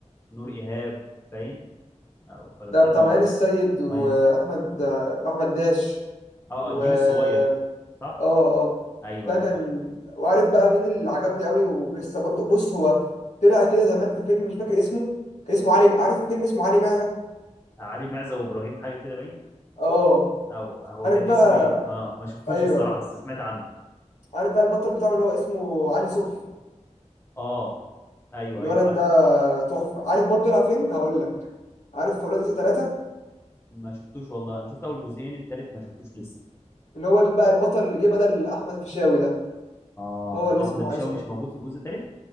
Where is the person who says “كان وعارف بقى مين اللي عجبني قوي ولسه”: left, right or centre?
Left